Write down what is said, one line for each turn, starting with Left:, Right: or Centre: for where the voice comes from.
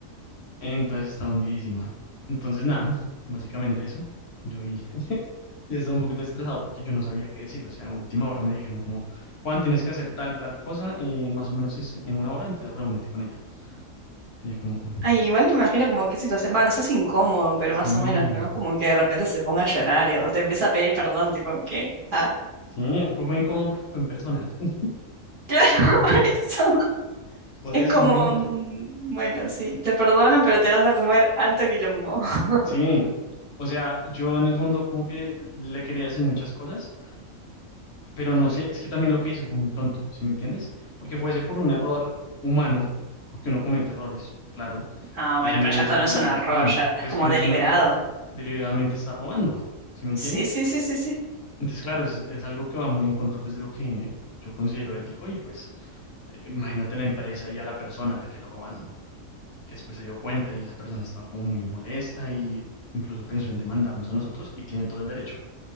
Left: Entonces está hundidísima. Entonces, nada, básicamente eso. Yo ahí <laughs> ya estaba un poquito estresado porque yo no sabía qué decirlo. O sea, a última hora me dijeron como, Juan, tienes que hacer tal y tal cosa, eh, más o menos es en una hora, entonces reúnete con ella. Y yo como, "Uf,
Right: Ay, igual me imagino como qué situación, va, no sé si incómodo, pero
Left: sí.
Right: más o menos, ¿no? Como que de repente se ponga a llorar y, o te empieza a pedir perdón, tipo, ¿qué? Ah,
Left: Sí, fue muy incómodo porque fue en persona. <laughs>
Right: <laughs> claro, por eso.
Left: Por
Right: Es
Left: eso,
Right: como,
Left: imagínate.
Right: mm, bueno, sí, te perdono, pero te vas a comer alto quilombo. <laughs>
Left: Sí. O sea, yo en el fondo como que le quería decir muchas cosas, pero no sé, es que también lo que hizo fue muy tonto, ¿sí me entiendes? Porque fuese por un error humano, porque uno comete errores, claro.
Right: Ah,
Left: Pues
Right: bueno,
Left: uno
Right: pero
Left: dice,
Right: ya esto no es un error,
Left: tan,
Right: ya es
Left: pues
Right: como
Left: que no
Right: deliberado.
Left: es un error, deliberadamente está robando, ¿sí me entiendes?
Right: Sí, sí, sí, sí, sí.
Left: Entonces, claro, es, es algo que va muy en contra pues de lo que yo considero ético y pues eh, imagínate la empresa y a la persona a la que le robaron. que después se dio cuenta y esa persona estaba como muy molesta y incluso pensó en demandarnos a nosotros y tiene todo el derecho